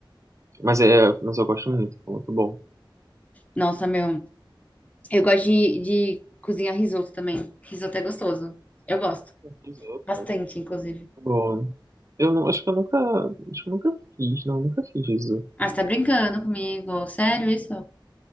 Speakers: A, on the right (about 35°); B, on the left (about 15°).
A: Mas, é, mas eu gosto muito, é muito bom.
B: Nossa, meu. Eu gosto de, de cozinhar risoto também. Risoto é gostoso. Eu gosto.
A: Risoto.
B: Bastante, inclusive.
A: Pô, Eu não, acho que eu nunca, acho que eu nunca fiz, não, nunca fiz isso.
B: Ah, você tá brincando comigo? Sério isso?